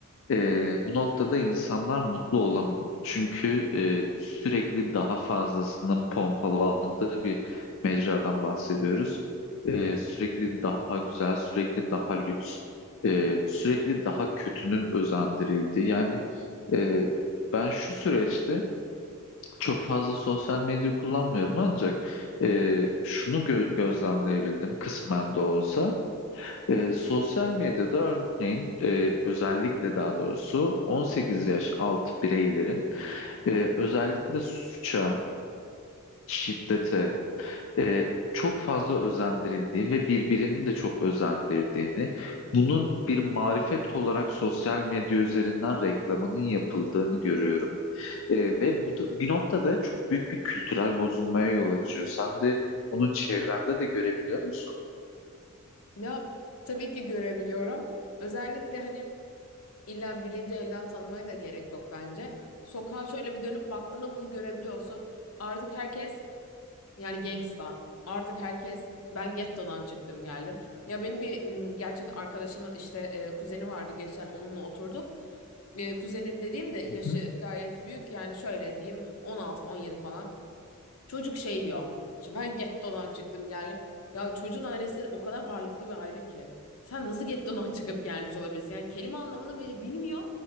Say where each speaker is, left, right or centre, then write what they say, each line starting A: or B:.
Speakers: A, on the left; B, on the left.
A: Ee, bu noktada insanlar mutlu olamıyor. Çünkü e, sürekli daha fazlasının pompalandığı bir mecradan bahsediyoruz. Ee, sürekli daha güzel, sürekli daha lüks, e, sürekli daha kötünün özendirildiği. Yani e, ben şu süreçte çok fazla sosyal medya kullanmıyorum ancak e, şunu gö- gözlemleyebildim kısmen de olsa. E, sosyal medyada örneğin e, özellikle daha doğrusu 18 yaş altı bireylerin e, özellikle suça, şiddete e, çok fazla özendirildiği ve birbirini de çok özendirdiğini, bunun bir marifet olarak sosyal medya üzerinden reklamının yapıldığını görüyorum. E, ve bu da bir noktada çok büyük bir kültürel bozulmaya yol açıyor. Sen de bunu çevrende de görebiliyor musun?
B: Ya tabii ki görebiliyorum. Özellikle hani İlla birinci elden tanımaya da gerek yok bence. Sokağa şöyle bir dönüp baktığında bunu görebiliyorsun. Artık herkes yani gangsta. Artık herkes ben gettodan çıktım geldim. Ya benim bir m, gerçekten arkadaşımın işte e, kuzeni vardı geçen onunla oturduk. E, kuzeni dediğim de yaşı
A: Hı hı.
B: gayet büyük yani şöyle diyeyim 16-17 falan. Çocuk şey diyor. İşte ben gettodan çıktım geldim. Ya çocuğun ailesi o kadar varlıklı bir aile ki. Sen nasıl gettodan <laughs> çıkıp gelmiş olabilirsin? Yani kelime anlamını bile bilmiyor.